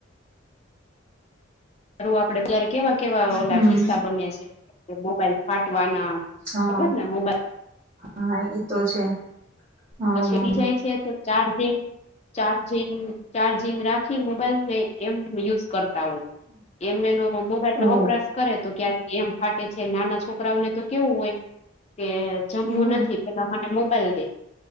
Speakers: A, on the left; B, on the right.
A: હું આપડે ત્યારે કેવા કેવા ઓલા
B: હમ
A: કિસ્સા બને્યા છે કે મોબાઈલ ફાટવાના
B: હા
A: ખબર ને મોબાઈલ
B: હા એતો છે. હા
A: પછીી
B: હા હા
A: જાય છે, તો ચાર્જિંગ ચાર્જિંગ ચાર્જિંગ રાખ થી મોબાઈલ ને એમ યુઝ કરતા હોય, એમ એનો મોબાઈલ ન
B: ઓ
A: વપરાશ કરે તો ક્યારે એમ ફાટે છે, નાના છોકરાઓને તો કેવું હોય કે જમવું
B: એવું
A: નથી. પેલા મને મોબાઈલ દે